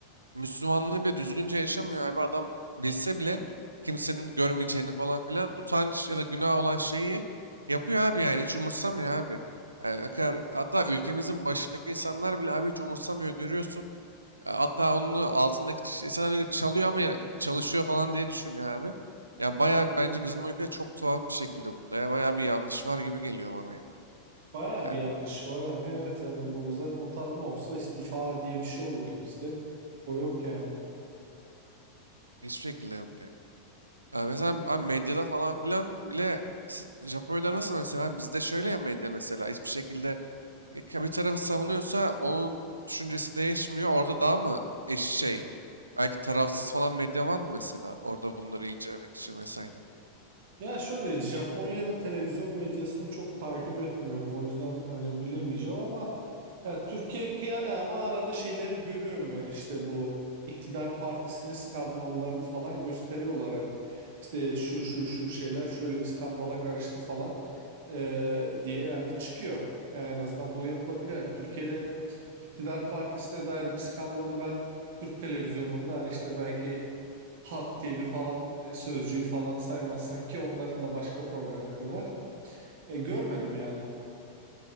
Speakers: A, on the right (about 75°); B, on the right (about 55°).
A: Müslümanlığı bile düzgünce yaşamıyor abi. Adam bilse bile kimsenin görmeyeceğini falan filan utanç ya da günah olan şeyi yapıyor abi yani hiç umursamıyor abi. Yani ne kadar, hatta ülkemizin başındaki insanlar bile abi hiç umursamıyor görüyorsun. E, Hatta onun altındaki insanlar öyle çalıyor ama ya- çalışıyor falan diye düşünüyor abi. Ya bayağı bence bizim ülkede çok tuhaf bir şekilde bunda. Ya bayağı bir yanlış var gibi geliyor bana ya.
B: Baya
A: Yani
B: bir yanlış var hani evet hani bu zaten utanma olsa istifa diye bir şey olurdu bizde. O yok yani.
A: hiçbir şekilde yok yani. Ya mesela abi medyada falan filan bile si- Japonya'da nasıl mesela bizde şöyle ya medya mesela hiçbir şekilde e, bir tarafı savunuyorsa onun düşüncesi değişmiyor. Orada daha mı eş şey belki tarafsız falan medya var mı mesela orada bunları incelemek için vesaire.
B: Ya şöyle Japonya'da televizyon medyasını çok takip etmiyorum o yüzden hani bilemeyeceğim ama Ya Türkiye kıya ama arada şeyleri görüyorum yani işte bu iktidar partisinin skandallarını falan gösteriyorlar hani işte şu şu şu şeyler şöyle bir skandala karıştı falan eee, diye yani çıkıyor. Yani en azından bu yapılabiliyor. Yani Türkiye'de iktidar partisine dair bir skandalı ben Türk televizyonunda hani işte belki Halk TV falan e, Sözcü'yü falan saymazsan ki onların da başka problemleri var. E, görmedim yani.